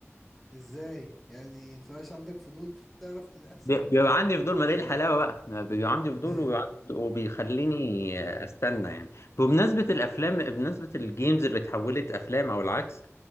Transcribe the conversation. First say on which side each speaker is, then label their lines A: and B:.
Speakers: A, in the centre; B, on the left.
A: ازاي يعني مبتبقاش عندك فضول تعرف اللي هيحصل
B: بي- بيبقى عندي فضول ما دي الحلاوه بقى ما بيبقى عندي فضول
A: <laughs>
B: وبيبقى عندي- وبيخليني استنى يعني بمناسبه الافلام بمناسبه الجيمز اللي اتحولت افلام او العكس